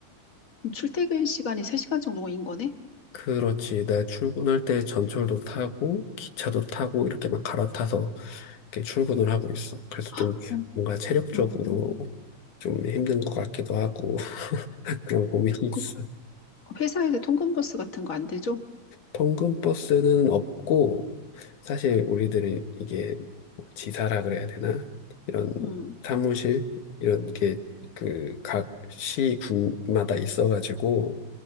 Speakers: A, on the left (about 35°); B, on the left (about 80°).
A: 출퇴근 시간이 3시간 정도인 거네?
B: 그렇지. 나 출근할 때 전철도 타고, 기차도 타고, 이렇게 막 갈아타서 이렇게 출근을 하고 있어. 그래서 좀
A: 어,
B: 뭔가 체력적으로
A: 음.
B: 좀 힘든 것 같기도 하고, 그런 고민이 있어.
A: 그 회사에서 통근버스 같은 거 안 되죠?
B: 통근버스는 없고, 사실 우리들은 이게 뭐 지사라 그래야 되나? 이런
A: 음.
B: 사무실, 이런 게 그 각 시군마다 있어가지고,